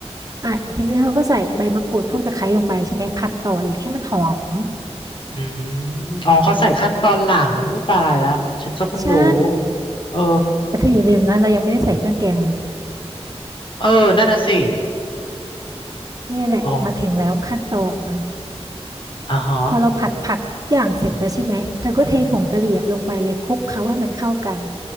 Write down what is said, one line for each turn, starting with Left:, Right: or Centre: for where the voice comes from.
Right: อ่ะทีนี้เธอก็ใส่ใบมะกรูดพวกตะไคร้ลงไปใช่ไหมผัดต่ออีกให้มันหอม
Left: อืมอ๋อเขาใส่ขั้นตอนหลังอุ้ยตายแล้วฉันก็เพิ่งรู้
Right: ใช่
Left: เออ
Right: แต่เธออย่าลืมนะเรายังไม่ได้ใส่เครื่องแกงเลย
Left: เออนั่นน่ะสิ
Right: นี่แหละมาถึงแล้วขั้นตอน
Left: อ๋ออ่าฮะ
Right: พอเราผัดผักทุกอย่างเสร็จแล้วใช่ไหมเธอก็เทผงกะหรี่อะลงไปเลยคลุกเคล้าให้มันเข้ากัน
Left: อืมอือ